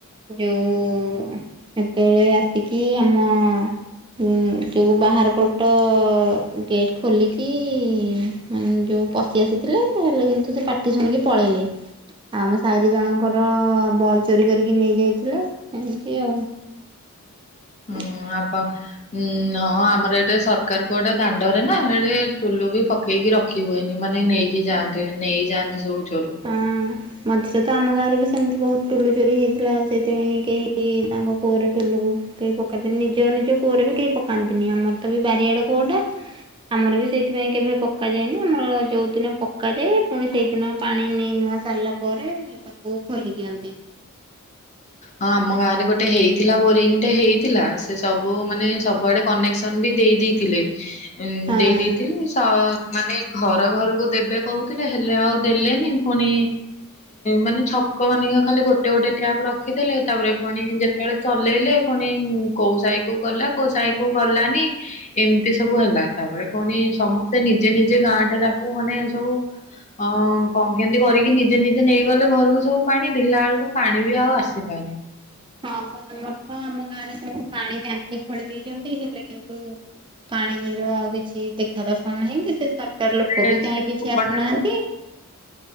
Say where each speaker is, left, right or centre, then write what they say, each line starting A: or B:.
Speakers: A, on the right; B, on the left.
A: ଯଉ ସେତେବେଳେ ଆସିକି ଆମ। ଉ ଯୋଉ ବାହାର ପଟ ଗେଟ୍ ଖୋଲିକି ମାନେ ଯୋଉ। ପଶି ଆସିଥିଲେ ହେଲେ କିନ୍ତୁ ସେ ପାଟି ଶୁଣିକି ପଳେଇଲେ। ଆମ ସାହିରେ ଜଣଙ୍କର ବଲ ଚୋରି କରିକି ନେଇଯାଇଥିଲେ ଏମିତି ଆଉ। <inaudible>
B: ହୁଁ ଆପଣ ଉ ହଁ ଆମର ଏଟେ ସରକାର କ ଗୋଟେ ଦାଣ୍ଡରେ ନା ସେଠି ଟୁଲୁ ବି ପକେଇକି। ରଖି ହୁଏନି ମାନେ ନେଇକି ଯାଆନ୍ତି ନେଇ ଯାଆନ୍ତି ସବୁ ଚୋରୁ।
A: ହଁ। ମଝିରେ ତ ଆମ ଗାଁରେ ବି ସେମିତି ବହୁତ ଟୁଲୁ ଚୋରି ହେଇଥିଲା ସେଇଥିପାଇଁ କେହି ତାଙ୍କ କୂଅରେ ଟୁଲୁକୁ। କେହି ପକାେଇନ୍ତି ନିଜ ନିଜ କୂଅରେ ବି କେହି ପକାନ୍ତିନି ଆମର ତ ବି ବାରିଆଡେ କୂଅଟା। ଆମର ବି ସେଇଥିପାଇଁ କେବେ ପକା ଯାଏନି ଆମର ଯୋଉ ଦିନ ପକାଯାଏ ପୁଣି ସେଇଦିନ ପାଣି ନେଇ ନୂଆ। ସାରିଲା ପରେ ତାକୁ ଖୋଲି ଦିଅନ୍ତି।
B: ହଁ ଆମ ଗାଁ ରେ ଗୋଟେ ହେଇଥିଲା ବୋରିଂ। ଗଟେ ହେଇଥିଲା ସେ ସବୁ ମାନେ ସବୁଆଡେ କନେକ୍ସନ ବି ଦେଇ ଦେଇେଇଥିଲେ। ଉଁ
A: ହଁ
B: ଦେଇ ଦେଇେଇଥିଲି। ମାନେ ଘର ଘରକୁ ଦେବେ କହୁଥିଲେ ହେଲେ ଆଉ ଦେଲେନି ପୁଣି ମାନେଛ। ଲୋକ ମାନିକି ଖାଲି ଗୋଟେ ଗୋଟେ ଟ୍ୟାପ ରଖିଦେଲେ ତାପରେ ପଣି। ଚଲେଇଲେ ପୁଣି କୋଉ ସାହି କୁ ଗଲା କୋଉ ସାହି କୁ ଗଲାନି ଏମତି। ଏତି ସବୁ ହେଲା ତାପରେ ପୁଣି ସମସ୍ତେ ନିଜେ ନିଜେ ଗାଁ ଟା ତାକୁ ମାନେ ସବୁ। ଅଁ କଣ କେମତି କରିକି ନିଜେ ନିଜେ ନେଇଗଲେ ଘରକୁ ସବୁ ପାଣି ଦେଖିଲା ବେଳକୁ ପାଣି ବି ଆଉ ଆସ। ଆସିଲାନି।
A: ହଁ ଆମର ତ ଆମ ଗାଁ ରେ ସେମିତି ପାଣି ଟାଙ୍କି। ଖୋଳି ଦେଇଛନ୍ତି ହେଲେ କିନ୍ତୁ ପାଣିର ଆଉ କିଛି ଦେଖା ଦର୍ଶନ ନାହିଁ କି। ସେ ସରକାର ଲୋକ
B: ସେ
A: ବି କାହିଁ
B: କୂଅଟା
A: କିଛି ଆସୁନାହାନ୍ତି।